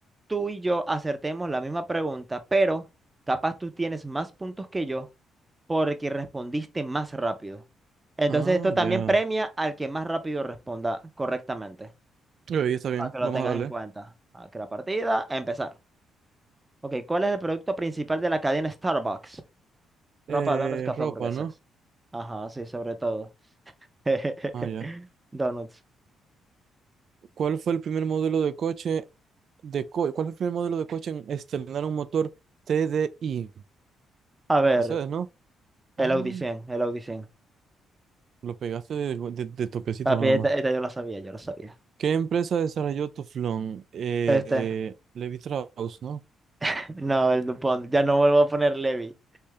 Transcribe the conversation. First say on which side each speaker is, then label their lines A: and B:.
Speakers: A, on the right; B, on the right.
A: tú y yo acertemos la misma pregunta, pero capaz tú tienes más puntos que yo porque respondiste más rápido. Entonces
B: Ah,
A: esto también
B: ya.
A: premia al que más rápido responda correctamente,
B: Ok, está bien.
A: para que lo
B: Vamos
A: tengas
B: a darle.
A: en cuenta. Aquí la partida, a empezar. Ok, ¿cuál es el producto principal de la cadena Starbucks?
B: Eh,
A: Ropa, donuts, café,
B: ropa,
A: hamburguesas.
B: ¿no?
A: Ajá, sí, sobre todo. <laughs>
B: Ah, ya.
A: Donuts.
B: ¿Cuál fue el primer modelo de coche de co- ¿Cuál fue el primer modelo de coche en estrenar un motor T TDI?
A: A ver,
B: Mercedes, ¿no? Ay,
A: el Audicien, el Audicien.
B: lo pegaste de, go- de- de toquecito
A: Papi,
B: nada
A: esta,
B: más.
A: esta yo la sabía, yo la sabía.
B: ¿Qué empresa desarrolló Tuflón? Eh,
A: Este,
B: eh, Levi Strauss, ¿no?
A: <laughs> no, el Dupont. Ya no vuelvo a poner Levi.